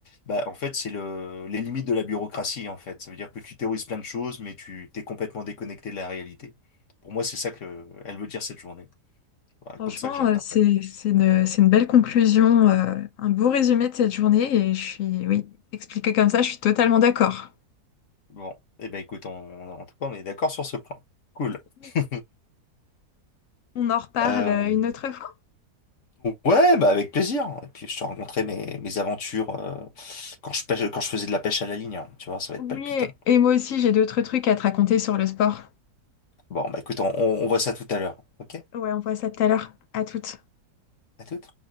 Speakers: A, on the left; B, on the left.
A: Bah en fait, c'est le les limites de la bureaucratie en fait. Ça veut dire que tu théorises plein de choses mais tu t'es complètement déconnecté de la réalité. Pour moi, c'est ça que elle veut dire cette journée. Voilà,
B: Franchement,
A: comme ça que j'interprète.
B: euh, c'est, c'est une, c'est une belle conclusion, euh, un beau résumé de cette journée et je suis, oui, expliqué comme ça, je suis totalement d'accord.
A: Bon, eh ben écoute, on, on- en tout cas, on est d'accord sur ce point. Cool.
B: Oui.
A: <laughs>
B: On en reparle
A: Euh,
B: euh, une autre fois.
A: ouais, bah avec plaisir. Et puis je te raconterai mes, mes aventures euh, quand je pêche, quand je faisais de la pêche à la ligne. hein. Tu vois, ça va
B: Oui,
A: être palpitant.
B: et moi aussi, j'ai d'autres trucs à te raconter sur le sport.
A: Bon, bah écoute, on, on on voit ça tout à l'heure. Ok?
B: Ouais, on voit ça tout à l'heure. À toutes.
A: À toute.